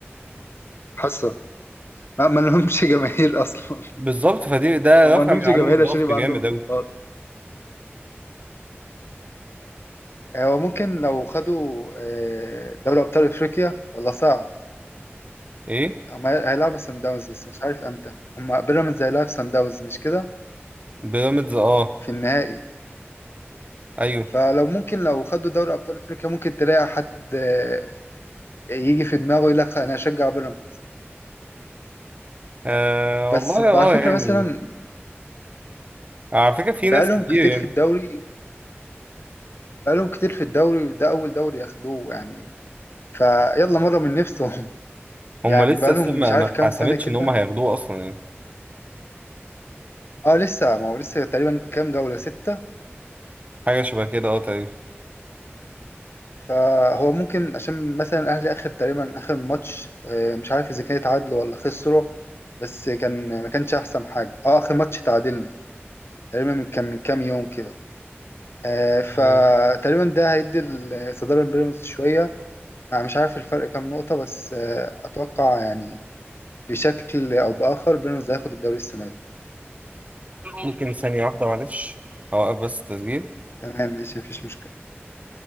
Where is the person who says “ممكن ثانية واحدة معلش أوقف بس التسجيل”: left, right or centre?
Right